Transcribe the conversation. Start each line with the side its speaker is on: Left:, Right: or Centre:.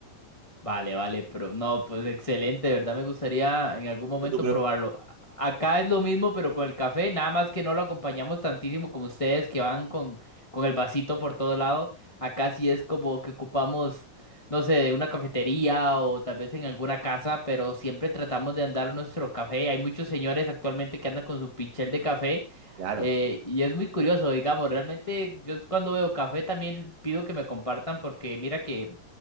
Left: Vale, vale, pero no, pues excelente, de verdad me gustaría en algún momento
Right: Yo te
Left: probarlo. A- Acá es lo mismo, pero con el café, nada más que no lo acompañamos tantísimo como ustedes que van con, con el vasito por todo lado. Acá sí es como que ocupamos, no sé, de una cafetería o tal vez en alguna casa, pero siempre tratamos de andar nuestro café. Hay muchos señores actualmente que andan con su pichel de café.
Right: Claro.
Left: eh, y es muy curioso, digamos, realmente yo cuando veo café también pido que me compartan porque mira que